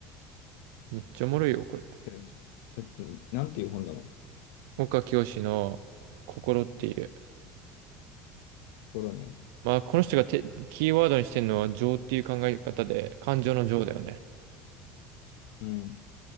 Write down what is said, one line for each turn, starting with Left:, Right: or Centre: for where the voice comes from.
Right: めっちゃおもろいよ、これ。
Left: でちょっと、なんていう本なの
Right: 岡清の心っていう。
Left: 心ね。
Right: まあ、この人がてキーワードにしてるのは情っていう考え方で、感情の情だよね。
Left: うん、面